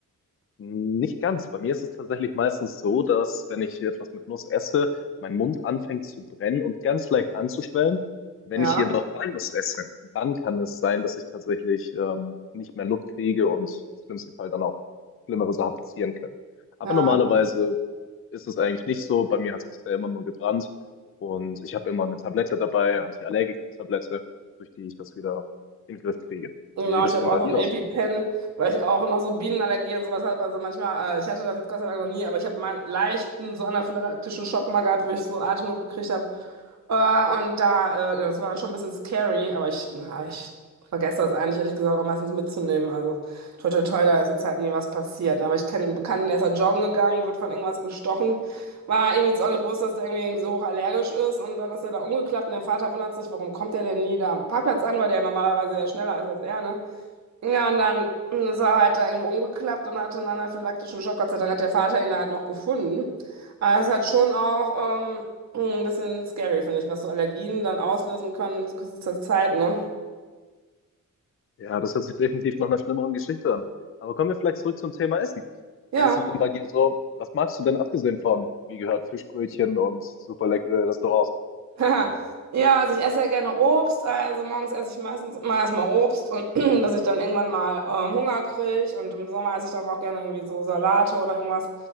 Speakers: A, on the left; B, on the right.
A: Nicht ganz. Bei mir ist es tatsächlich meistens so, dass wenn ich hier etwas mit Nuss esse, mein Mund anfängt zu brennen und ganz leicht anzuschwellen. Wenn
B: Ja,
A: ich jedoch Walnuss esse, dann kann es sein, dass ich tatsächlich ähm, nicht mehr Luft kriege und im schlimmsten Fall dann auch schlimmere Sachen passieren können. Aber
B: ja.
A: normalerweise ist es eigentlich nicht so. Bei mir hat es bisher immer nur gebrannt und ich habe immer eine Tablette dabei, Antiallergikum-Tablette, durch die ich das wieder in den Griff kriege.
B: Genau,
A: Wie sieht es
B: ich habe
A: denn
B: auch
A: bei
B: so
A: dir
B: ein EpiPen,
A: aus?
B: weil ich auch noch so Bienenallergie und sowas habe. Also manchmal, äh, ich hatte das jetzt Gott sei Dank noch nie, aber ich habe meinen leichten so anaphylaktischen Schock mal gehabt, wo ich so Atemnot gekriegt habe. Äh, und da, äh, das war dann schon ein bisschen scary, aber ich, na, ich vergesse das eigentlich, ehrlich gesagt, auch meistens mitzunehmen. Also toi toi toi, da ist jetzt halt nie was passiert. ne? Aber ich kenne einen Bekannten, der ist halt joggen gegangen, wird von irgendwas gestochen. War ihm jetzt auch nicht bewusst, dass der irgendwie irgendwie so hochallergisch ist und dann ist er da umgeklappt und der Vater wundert sich, warum kommt der denn nie da am Parkplatz an, weil der normalerweise ja schneller ist als er, ne? Ja, und dann mm, ist er halt da irgendwo umgeklappt und hatte einen anaphylaktischen Schock. Gott sei Dank hat der Vater ihn halt noch gefunden. Aber es hat schon auch ähm, hm, ein bisschen scary, finde ich, was so Allergien dann auslösen können zu kurzer Zeit, ne?
A: Ja, das hört sich definitiv nach einer schlimmeren Geschichte an. Aber kommen wir vielleicht zurück zum Thema Essen.
B: Ja,
A: Wie ist es denn bei dir so? Was magst du denn abgesehen von, wie gehört, Fischbrötchen und super leckere Restaurants?
B: <laughs> Haha. Ja, also ich esse ja gerne Obst, also morgens esse ich meistens immer erstmal Obst und <clears throat> bis ich dann irgendwann mal ähm, Hunger kriege und im Sommer esse ich dann auch gerne irgendwie so Salate oder irgendwas